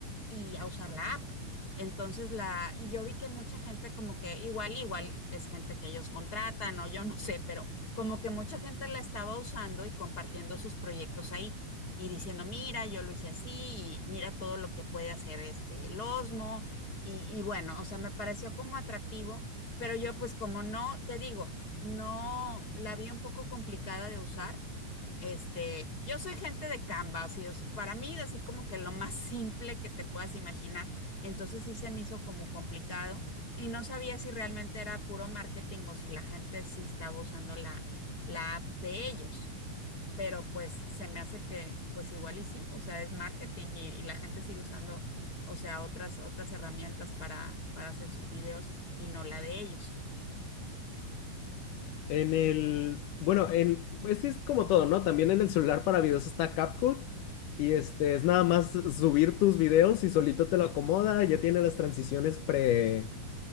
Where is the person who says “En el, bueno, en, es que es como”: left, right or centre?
Left